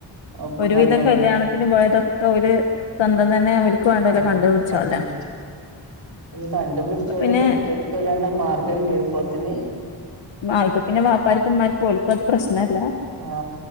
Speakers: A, on the right; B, on the left.
A: ഒപ്പം
B: ഒരുവിധം
A: കണ്ടോര്
B: കല്യാണത്തിന് പോയ്തൊക്കെ ഓല് സ്വന്തം തന്നെ ഓൽക്ക് വാണ്ടോലെ
A: ആഹ്
B: കണ്ട് പുട്ച്ചോല
A: കണ്ടുപിടിച്ചു പിന്നെ കണ്ടുപിട്ച്ചോരെ
B: പിന്നെ
A: കെട്ടിച്ചൊട്ക്കല്ലാണ്ട മാർഗ്ഗംല്ല്യ അപ്പോത്തിന്
B: ആയിപ്പ പിന്നെ വാപ്പാര്ക്കും ഉമ്മാര്ക്കും ഓൽക്കും അത് പ്രശ്നംല്ല
A: ആ